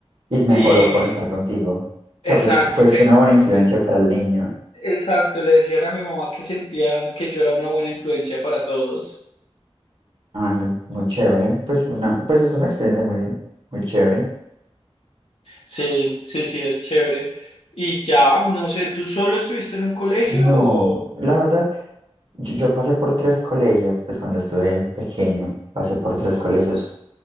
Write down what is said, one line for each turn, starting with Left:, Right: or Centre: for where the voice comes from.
Right: Y mejoró
Left: y...
Right: por estar contigo. O
Left: Exacto,
Right: sea, fuiste, fuiste
Left: que,
Right: una buena influencia para el niño.
Left: Exacto, le decían a mi mamá que sentían que yo era una buena influencia para todos.
Right: Ay, muy, muy chévere. Pues, una, pues es una experiencia muy, muy chévere.
Left: Sí, sí, sí, es chévere. Y ya, no sé, ¿tú solo estuviste en un colegio
Right: No,
Left: o...?
Right: la verdad, yo, yo pasé por tres colegios, pues cuando estuve pequeño, pasé por tres
Left: o-
Right: colegios.